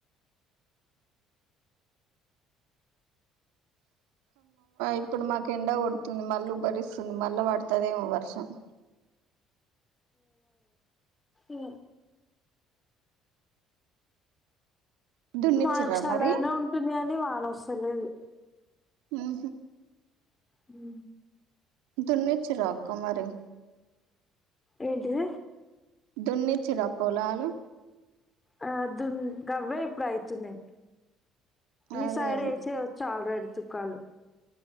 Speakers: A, on the right; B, on the left.
A: ఇప్పుడు మాకు ఎండ కొడుతుంది మల్ళీ ఉభ్బరిస్తుంది మల్ళా పడుతుదేమో వర్షం <inaudible>
B: ఇ
A: దున్నిచ్చిరా
B: మాకు సల్లగనే
A: మరి
B: ఉంటుంది అని వానొస్తలేదు
A: ఊహు
B: ఉ
A: దున్నచ్చ్ రాకు మరి
B: ఏంటిది
A: దున్నిచ్చిర పొలాలు
B: ఆ దున్ గవ్వే ఇప్పుడయితున్నయి మీ
A: అదే
B: సైడ్ వేసై వచ్చు ఆల్రెడ్ తుక్కాలు